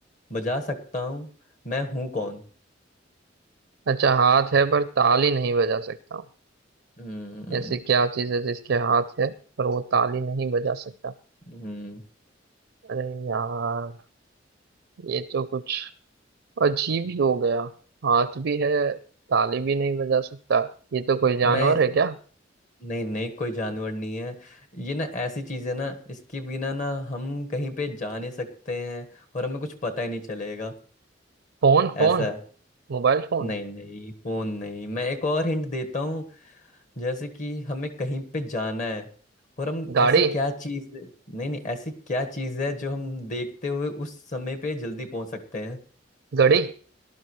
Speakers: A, on the left; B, on the right.
A: बजा सकता हूँ मैं हूँ कौन
B: अच्छा हाथ है पर ताली नहीं बजा सकता हूँ
A: हम्म
B: ऐसी क्या चीज है जिसके हाथ है पर वो ताली नहीं बजा सकता
A: हम्म,
B: अरे यार ये तो कुछ अजीब ही हो गया हाथ भी है ताली भी नहीं बजा सकता ये तो कोई जानवर
A: मैं
B: है क्या
A: नहीं नहीं कोई जानवर नहीं है ये ना ऐसी चीज है ना इसके बिना ना हम कहीं पे जा नहीं सकते हैं और हमें कुछ पता ही नहीं चलेगा
B: Phone
A: ऐसा
B: phone
A: है
B: Mobile phone
A: नहीं नहीं फोन नहीं मैं एक और हिंट देता हूँ जैसे कि हमें कहीं पे जाना है और हम
B: गाड़ी
A: ऐसी क्या चीज नहीं नहीं ऐसी क्या चीज है जो हम देखते हुए उस समय पे जल्दी पहुंच सकते हैं
B: घड़ी